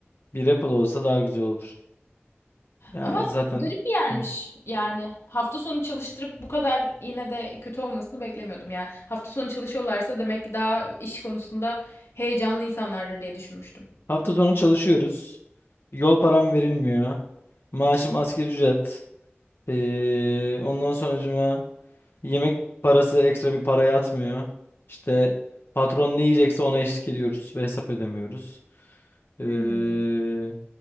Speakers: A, on the left (about 60°); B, on the left (about 75°).
A: bir repo da olsa daha güzel olur. Ya
B: Ama
A: zaten
B: garip bir yermiş
A: hı.
B: yani. Hafta sonu çalıştırıp bu kadar yine de kötü olmasını beklemiyordum yani. Hafta sonu çalışıyorlarsa demek ki daha iş konusunda heyecanlı insanlardır diye düşünmüştüm.
A: Hafta sonu çalışıyoruz. Yol param verilmiyor. Maaşım
B: Of.
A: asgari ücret. Ee, ondan sonracıma yemek parası ekstra bir para yatmıyor. İşte patron ne yiyecekse ona eşlik ediyoruz ve hesap ödemiyoruz. Ee,
B: Hmm.